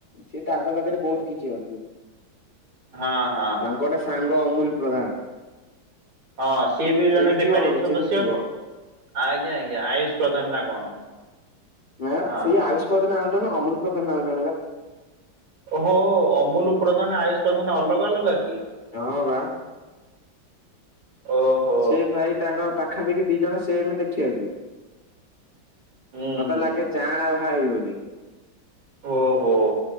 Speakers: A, on the left; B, on the right.
A: ସେ ତାଙ୍କ ପାଖରେ ବହୁତ କିଛି ଅଛି
B: ହଁ ହଁ
A: ତାଙ୍କ୍ ଗୋଟେ ସାଙ୍ଗ ଅମୁଲ ପ୍ରଧାନ।
B: ହଁ ସିଏ ବି ଜଣେ
A: ଚିହ୍ନିଥିବ
B: ବେକାରୀ
A: ବୋଧେ
B: ସଦସ୍ୟ
A: ଚିହ୍ନିଥିବ
B: ଆଜ୍ଞା ଆଜ୍ଞା ଆୟୁଷ ପ୍ରଧାନ ନା କଣ।
A: ନା
B: ହଁ
A: ସେଇ
B: ହଁ
A: ଆୟୁଷ୍ ପ୍ରଧାନ ଆଉ ଜଣେ ଅମୁଲ ପ୍ରଧାନ ଆଉ ଜଣେ ପା।
B: ଓ ହୋ ଅମୁଲ ପ୍ରଧାନ, ଆୟୁଷ ପ୍ରଧାନ ଅଲଗା ଅଲଗା କି?
A: ହଁ ବା।
B: ଓହୋ
A: ସିଏ ଭାଇ ତାଙ୍କ ପାଖାପାଖି ଦି ଜଣ ସେମ୍ ଦେଖିବାକୁ।
B: ହୁଁ
A: ମତେ
B: ହୁଁ
A: ଲାଗେ ଜାଆଁଳା ଭାଇ ବୋଲି।
B: ଓହୋ